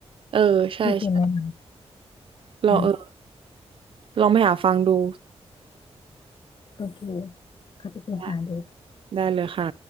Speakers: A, on the right (about 55°); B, on the left (about 50°).
A: เออใช่ใช่
B: ที่พิมพ์แนะนำอืม
A: ลองเออลองไปหาฟังดู
B: โอเคก็จะไปหาดู
A: ได้ได้เลยค่ะ